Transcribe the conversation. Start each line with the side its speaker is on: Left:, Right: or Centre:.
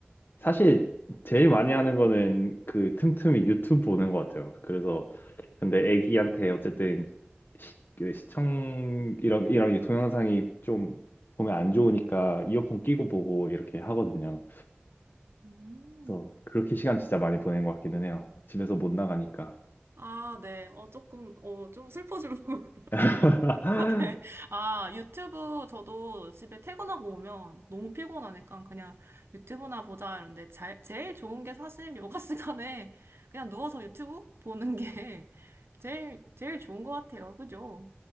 Left: 사실 제일 많이 하는 거는 그 틈틈이 유튜브 보는 것 같아요. 그래서, 근데 애기한테 어쨌든 시, 그 시청, 이런, 이런 동영상이 좀 보면 안 좋으니까 이어폰 끼고 보고 이렇게 하거든요.
Right: 음.
Left: 그래서 그렇게 시간 진짜 많이 보낸 것 같기는 해요. 집에서 못 나가니까.
Right: 아, 네. 어, 조금, 어, 좀 슬퍼지려고.
Left: <laughs>
Right: <laughs> 아, 네. 아, 유튜브 저도 집에 퇴근하고 오면 너무 피곤하니까 그냥 유튜브나 보자 이런데 잘, 제일 좋은 게 사실 <laughs> 요가 시간에 그냥 누워서 유튜브 보는 게 <laughs> 제일, 제일 좋은 것 같아요. 그죠?